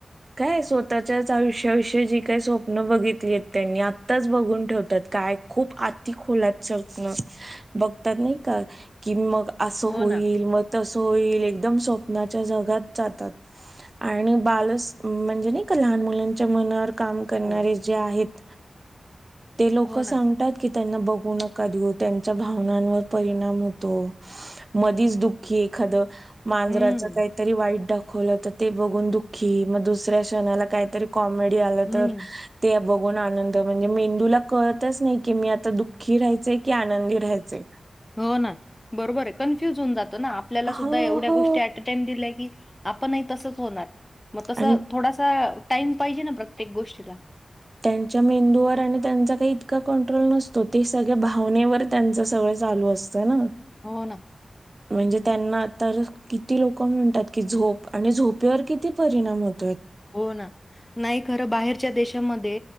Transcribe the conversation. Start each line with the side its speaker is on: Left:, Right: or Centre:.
Right: काय स्वतःच्याच आयुष्याविषयी जी काही स्वप्न बघितली आहेत, त्यांनी आत्ताच बघून ठेवतात. काय खूप आती खोलात सपनं बघतात नाही का, की मग असं
Left: हो
Right: होईल,
Left: ना
Right: मग तस होईल. एकदम स्वप्नाच्या जगात जातात. आणि बालस म्हणजे नाही का लहान मुलांच्या मनावर काम करणारे
Left: हो
Right: जे आहेत ते लोक
Left: हो ना.
Right: सांगतात की त्यांना बघू नका धी होत त्यांच्या भावनांवर परिणाम होतो. मधीच दुःखी एखाद मांजराच
Left: हम्म,
Right: काहीतरी वाईट दाखवलं तर ते बघून दुःखी, मग दुसऱ्या क्षणाला काहीतरी कॉमेडी आलं
Left: हम्म
Right: तर ते न आनंद म्हणजे मेंदूला कळतच नाही की मी आता दुःखी राहायचे की आनंदी राहायचे.
Left: हो ना. बरोबर आहे. कन्फ्युज होऊन जातं ना आपल्याला सुद्धा
Right: हो
Left: एवढ्या
Right: हो
Left: गोष्टी ऍट अ टाइम दिल्याय की आपण नाही तसंच होणार. मग तस
Right: आणि
Left: थोडासा टाईम पाहिजे ना प्रत्येक गोष्टीला.
Right: त्यांच्या मेंदूवर आणि त्यांचा काही इतका कंट्रोल नसतो. ते सगळ्या भावनेवर त्यांच सगळं चालू असत ना.
Left: हो. ना.
Right: म्हणजे त्यांना तर किती लोक म्हणतात, की झोप आणि झोपेवर किती परिणाम होत
Left: हो ना. नाही खरं बाहेरच्या देशा मधे